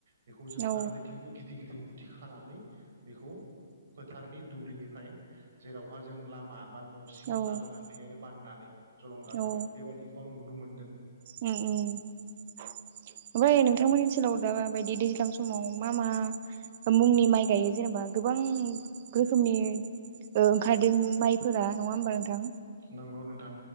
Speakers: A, on the right; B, on the right.
A: बेखौ जों
B: औ
A: फारनैथिंबो गिदिर गिदिर मु थिखानानै बेखौ फोथार नि दुब्लिनिफ्राय जेरावहा जों लामा बा नसिम
B: औ
A: लाबोनो हायो आरो बाननानै जलंगाजों
B: औ
A: बेबायदिखौ आं नुनो मोनदों दों
B: उम उम ओमफ्राय नोंथांमोननि ओन्सोलाव ओ बायदि दैज्लां समाव मा मा मुंनि माइ गायो जेनेबा गोबां रोखोमनि ओ ओंखारदों माइफोरा नंङा होमबा नोंथां?
A: नंगौ नोंथां